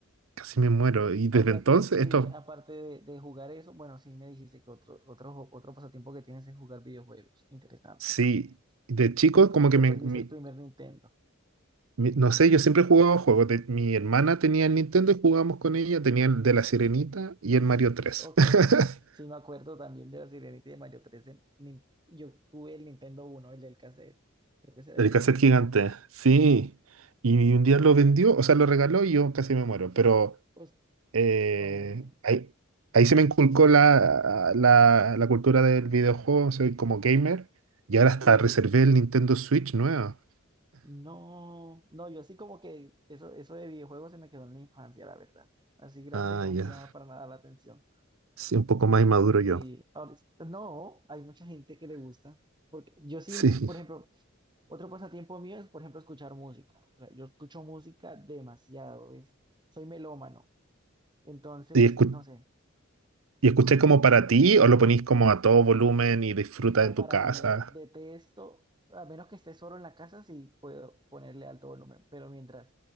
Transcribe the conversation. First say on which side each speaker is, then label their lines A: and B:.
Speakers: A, on the right; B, on the right.
A: Casi me muero. Y
B: O
A: desde
B: sea
A: entonces,
B: que sí,
A: esto,
B: aparte de, de jugar eso, bueno, sí me dijiste que otro, otro, jo- otro pasatiempo que tienes es jugar videojuegos. Interesante.
A: sí, de chico
B: Pero ¿y cómo
A: como
B: que
A: que me,
B: perdiste
A: mi-
B: el primer Nintendo?
A: Mi- No sé, yo siempre he jugado juegos. de- mi hermana tenía el Nintendo y jugábamos con ella. Tenía el de la Sirenita y el Mario tres
B: Ok.
A: <laughs>
B: Sí, me acuerdo también de la Sirenita y de Mario 3 en Nin- yo tuve el Nintendo uno el del cassette. Creo que será
A: El
B: el uno
A: cassette gigante, sí. Y un día lo vendió, o sea, lo regaló y yo casi me muero. Pero
B: Pues,
A: eh,
B: ok.
A: ahí, ahí se me inculcó la, la, la cultura del videojuego. Soy como gamer. Y ahora hasta
B: Sí,
A: reservé
B: sí, sí.
A: el Nintendo Switch nuevo.
B: No, no, yo así como que eso, eso de videojuegos se me quedó en la infancia, la verdad. Así grande
A: Ah,
B: no
A: ya.
B: me llama para nada la atención.
A: Sí, un poco más inmaduro
B: Sí,
A: yo.
B: ahora, no, hay mucha gente que le gusta. Porque yo sí,
A: Sí.
B: por ejemplo, otro pasatiempo mío es, por ejemplo, escuchar música. O sea, yo escucho música demasiado, es, soy melómano. Entonces,
A: Y escu-
B: no sé,
A: ¿Y escucháis
B: sí,
A: como para ti o lo ponís como a todo volumen y disfrutas
B: No,
A: en
B: para
A: tu casa?
B: mí, detesto, a menos que esté solo en la casa, sí puedo ponerle alto volumen, pero mientras